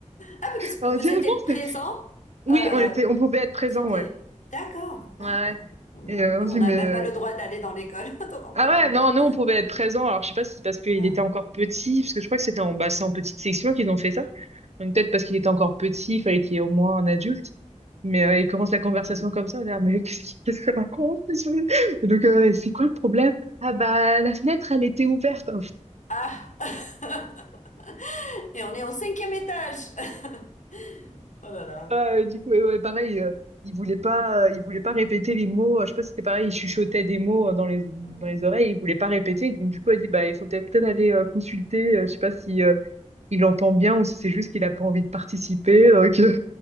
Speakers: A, on the left; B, on the right.
A: Ah, parce que
B: Alors,
A: vous
B: <laughs> on dit, Ah
A: étiez
B: bon,
A: présent.
B: c'est- oui,
A: Euh,
B: on était, on pouvait être présent,
A: tu t'es...
B: ouais.
A: D'accord.
B: Ouais.
A: Ah,
B: ouais.
A: waouh. Non,
B: Et euh,
A: nous,
B: on dit,
A: on n'a
B: mais
A: même
B: euh,
A: pas le droit d'aller dans l'école, <laughs> de rentrer
B: Ah
A: dans
B: ouais,
A: l'école.
B: non, nous, on pouvait être présents. Alors, je sais pas si c'est parce qu'il
A: Ah.
B: était encore petit, parce que je crois que c'était en, bah, c'est en petite section qu'ils ont fait ça.
A: Mm,
B: Donc, peut-être parce qu'il était encore petit, il fallait qu'il y ait au moins un adulte. Mais euh, il commence la conversation
A: mm.
B: comme ça, on est là, mais qu'est-ce qu'il <laughs> qu'est-ce qu'il raconte? <laughs> Et Donc, euh, c'est quoi le problème? Ah bah, la fenêtre, elle était ouverte.
A: Ah. <laughs> Et on est au cinquième étage. <laughs> Oh là là.
B: Ouais, ouais, du coup, ouais, ouais, pareil, euh, il voulait pas, euh, il voulait pas répéter les mots. euh, Je sais pas si c'était pareil, il chuchotait des mots euh, dans les, dans
A: Mm.
B: les oreilles, il voulait pas répéter. Donc, du coup, elle dit, bah, il faut peut-être peut-être aller euh, consulter. euh, Je sais pas si euh, il entend bien ou si c'est juste qu'il a pas envie de participer. Donc, euh,